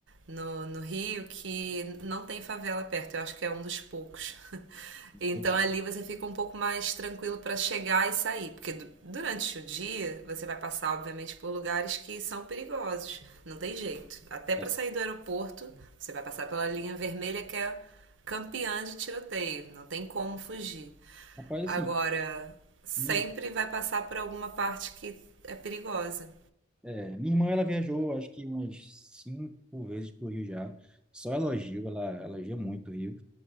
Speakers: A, on the right; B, in the centre.
A: no, no Rio que não tem favela perto. Eu acho que é um dos poucos. <laughs> Então
B: né?
A: ali você fica um pouco mais tranquilo para chegar e sair, porque du- durante o dia você vai passar, obviamente, por lugares que são perigosos, não tem jeito. Até para
B: É.
A: sair do aeroporto, você vai passar pela linha vermelha que é campeã de tiroteio, não tem como fugir.
B: Rapaz, assim,
A: Agora, sempre
B: minha,
A: vai passar por alguma parte que é perigosa.
B: é, minha irmã ela viajou acho que umas cinco vezes pro Rio já. Só elogio, ela elogia muito o Rio.